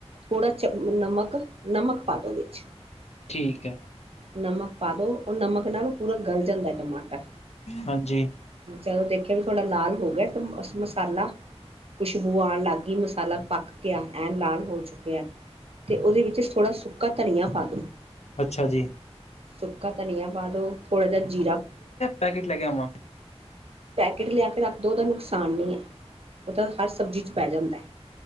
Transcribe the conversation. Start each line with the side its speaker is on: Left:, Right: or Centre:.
Right: ਥੋੜ੍ਹਾ ਚ ਨਮਕ ਨਮਕ ਪਾ ਦੋ ਵਿੱਚ
Left: ਠੀਕ ਐ,
Right: ਨਮਕ ਪਾ ਦੋ ਉਹ ਨਮਕ ਨਾਲੋਂ ਪੂਰਾ ਗਲ ਜਾਂਦਾ ਟਮਾਟਰ।
Left: ਹਾਂਜੀ,
Right: ਜਦੋ ਦੇਖਿਆ ਵੀ ਥੋੜਾ ਲਾਲ ਹੋ ਗਿਆ ਮਸਾਲਾ। ਖੁਸ਼ਬੂ ਆਉਣ ਲਾਗ ਗਈ ਮਸਾਲਾ ਪੱਕ ਕ ਐਨ ਲਾਲ ਹੋ ਚੁੱਕਿਆ ਅਤੇ ਉਹਦੇ ਵਿੱਚ ਥੋੜ੍ਹਾ ਸੁੱਕਾ ਧਨੀਆ ਪਾ ਦਿਉ
Left: ਅੱਛਾ ਜੀ
Right: ਸੁੱਕਾ ਧਨੀਆ ਪਾ ਦੋ ਥੋੜਾ ਜਹਾ ਜੀਰਾ
Left: ਪੈਕਟ ਲੈ ਕੇ ਆਵਾਂ
Right: ਪੈਕੇਟ ਲਿਆ ਕੇ ਰੱਖ ਦੋ ਉਹਦਾ ਨੁਕਸਾਨ ਨਹੀਂ ਐ ਉਹ ਤਾਂ ਹਰ ਸਬਜ਼ੀ ਚ ਪੈ ਜਾਂਦਾ।